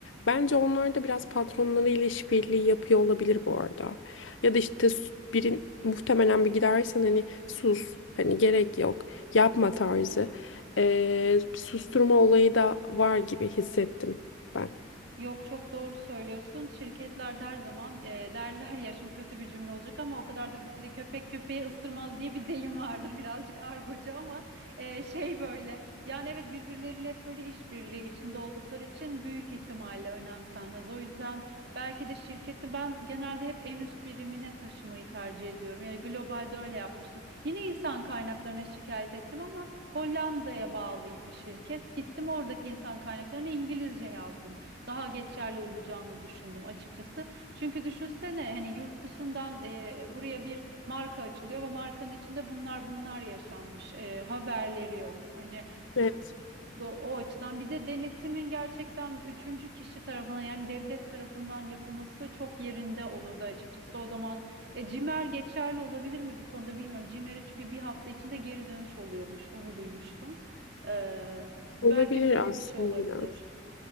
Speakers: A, on the left; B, on the right.
A: bence onlar da biraz patronlarıyla işbirliği yapıyor olabilir bu arada. Ya da işte birin muhtemelen bir gidersen hani sus hani gerek yok yapma tarzı e, bir susturma olayı da var gibi hissettim ben.
B: Yok çok doğru söylüyorsun. Şirketler de her zaman e, <laughs> derler ya şimdi kötü bir cümle olacak ama o kadar da kötü değil. Köpek köpeği ısırmaz diye bir deyim vardır birazcık argocu ama e, şey böyle. Yani evet birbirleriyle hep böyle işbirliği içinde oldukları için büyük ihtimalle önemsenmez. O yüzden belki de şirketi ben genelde hep en üst birimine taşımayı tercih ediyorum. Yani globalde öyle yapmıştım. Yine insan kaynaklarına şikayet ettim ama Hollanda'ya bağlıydı şirket. Gittim oradaki insan kaynaklarına İngilizce yazdım daha geçerli olacağını düşündüm açıkçası. Çünkü düşünsene hani yurt dışından e, buraya bir marka açılıyor ve markanın içinde bunlar bunlar yaşanmış. E, haberleri yok. Hani
A: Evet,
B: do- o açıdan bir de denetimin gerçekten üçüncü kişi tarafından yani devlet tarafından yapılması çok yerinde olurdu açıkçası. O zaman e, CİMER geçerli olabilir mi bu konuda bilmiyorum. CİMER'e çünkü bir hafta içinde geri dönüş oluyormuş. Onu duymuştum. Ee, belki
A: olabilir
B: böyle
A: aslında
B: bir şey olabilir.
A: biraz.